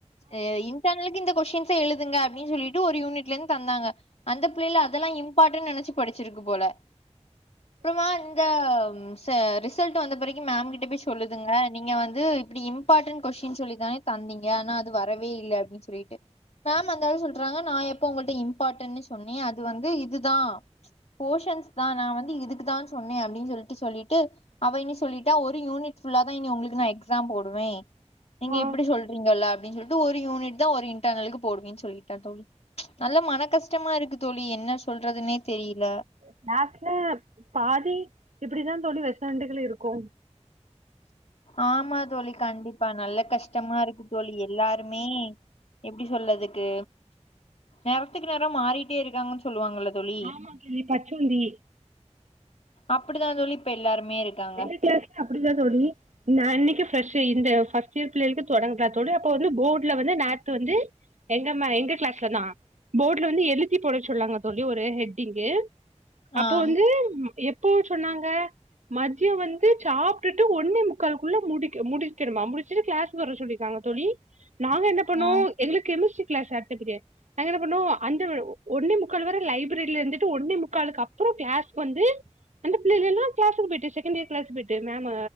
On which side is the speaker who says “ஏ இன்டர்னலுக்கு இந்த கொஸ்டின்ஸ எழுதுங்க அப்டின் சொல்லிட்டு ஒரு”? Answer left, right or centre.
Left